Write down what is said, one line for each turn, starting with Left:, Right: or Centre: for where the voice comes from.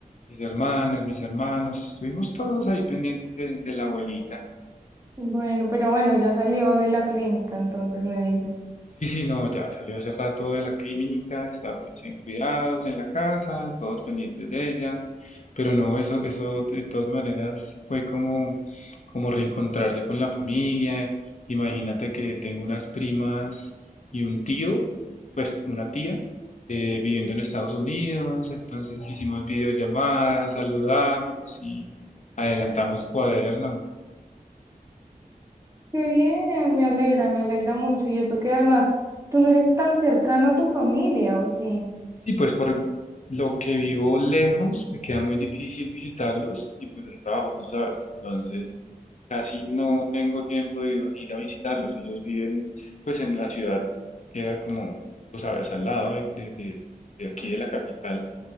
Left: mis hermanas, mis hermanos, estuvimos todos ahí pendientes de, de la abuelita.
Right: Bueno, pero bueno, ya salió de la clínica, entonces me dices,
Left: Sí, sí, no, ya salió hace rato de la clínica, está pues en cuidados, en la casa, todos pendientes de ella, pero no, eso, eso de todas maneras fue como, como reencontrarse con la familia. Imagínate que tengo unas primas y un tío, pues una tía, eh, viviendo en Estados Unidos, entonces hicimos videollamadas, saludamos y adelantamos cuaderno.
Right: qué bien, me alegra, me alegra mucho. Y eso que además tú no eres tan cercano a tu familia, ¿o sí?
Left: Sí, pues por lo que vivo lejos, me queda muy difícil visitarlos y pues el trabajo, tú sabes. Entonces, casi no tengo tiempo de ir a ir a visitarlos. Ellos viven pues en la ciudad, que queda como, tú sabes, al lado de, de- de- de aquí de la capital.